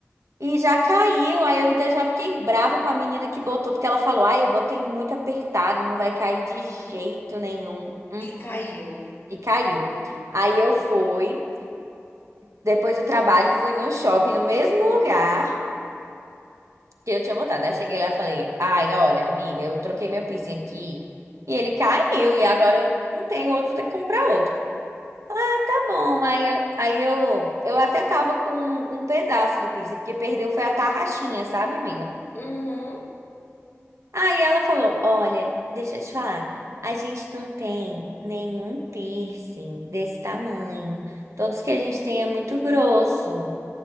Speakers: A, on the right; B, on the left.
A: e já caiu, aí eu ainda já fiquei brava com a menina que botou, porque ela falou, ai, eu botei muito apertado, não vai cair de jeito nenhum, Uhum.
B: e caiu.
A: E caiu. Aí eu fui, depois do trabalho, fui no shopping, no mesmo lugar, que eu tinha botado. Aí cheguei lá e falei, ai, olha, amiga, eu troquei meu piercing aqui e ele caiu e agora eu não tenho outro, vou ter que comprar outro. Ah, tá bom. Aí, aí eu, eu até tava com um pedaço do piercing, porque perdeu foi a tarraxinha, sabe, amiga?
B: Uhum.
A: Aí ela falou, olha, deixa eu te falar, a gente não tem nenhum piercing desse tamanho. Todos que a gente tem é muito grosso.